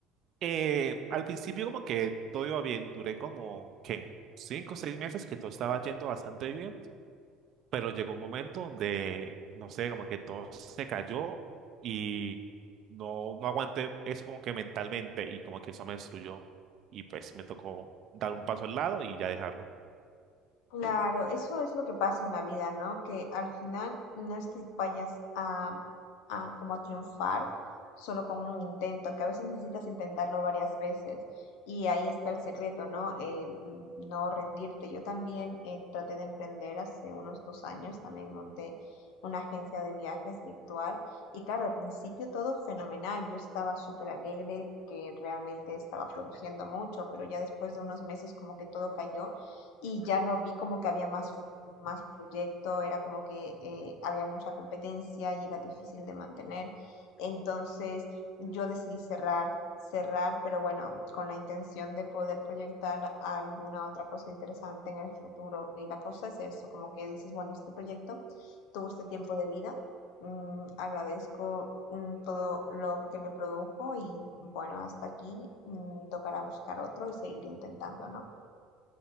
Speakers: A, on the right (about 50°); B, on the left (about 80°).
A: Eh, al principio como que todo iba bien, duré como, ¿qué? Cinco o seis meses que todo estaba yendo bastante bien, pero llegó un momento donde, no sé, como que todo se cayó y no, no aguanté eso como que mentalmente y como que eso me destruyó y pues me tocó dar un paso al lado y ya dejarlo.
B: Claro, eso es lo que pasa en la vida, ¿no? Que al final no es que vayas a, a como a triunfar solo con un intento, que a veces necesitas intentarlo varias veces. Y ahí está el secreto, ¿no? Eh, mm, no rendirte. Yo también eh, traté de emprender hace unos dos años, también monté una agencia de viajes virtual. Y claro, al principio todo fenomenal. Yo estaba súper alegre porque realmente estaba produciendo mucho, pero ya después de unos meses como que todo cayó y ya no vi como que había más futuro, más proyecto, era como que eh, había mucha competencia y era difícil de mantener. Entonces yo decidí cerrar, cerrar, pero bueno, con la intención de poder proyectar alguna otra cosa interesante en el futuro. Y la cosa es eso, como que dices, bueno, este proyecto tuvo este tiempo de vida. mm, agradezco mm, todo lo que me produjo y bueno, hasta aquí mm, tocará buscar otro y seguir intentando, ¿no?